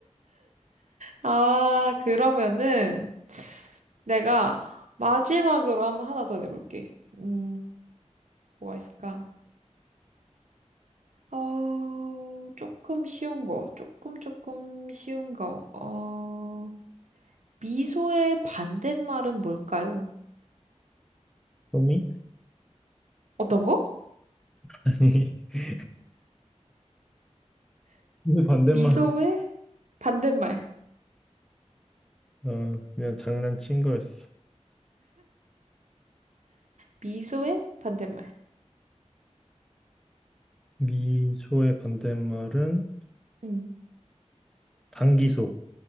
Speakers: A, on the right; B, in the centre.
A: 아, 그러면은 내가 마지막으로 한번 하나 더 내볼게. 음, 뭐가 있을까? 어, 조금 쉬운 거, 조금 조금 쉬운 거. 어, 미소의 반대말은 뭘까요?
B: 소미?
A: 어떤 거?
B: 아니, <laughs> 반대말.
A: 미소의 반대말.
B: 어, 그냥 장난친 거였어.
A: 미소의 반대말.
B: 미소의 반대말은
A: 음.
B: 단기소.